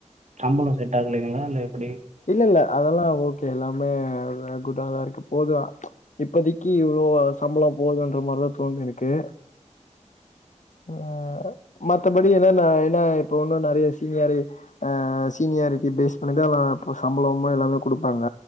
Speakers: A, on the right; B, on the left.
A: சம்பளோ செட் ஆகலைங்களா இல்ல எப்டி
B: இல்ல இல்ல அதெல்லா ஓகே எல்லாமே குட்டாதா இருக்கு போது இப்பதிக்கி இவ்ளோ சம்பளம் போதுன்ற மாரிதா தோணுது எனக்கு ஆ மத்தபடி என்னென்ன இப்ப ஒன்னு நெறைய சீனியரு ஆ சீனியாரிட்டி பேஸ் பண்ணிதா எல்லார்க்கு சம்பளமா எல்லாமோ குடுப்பாங்க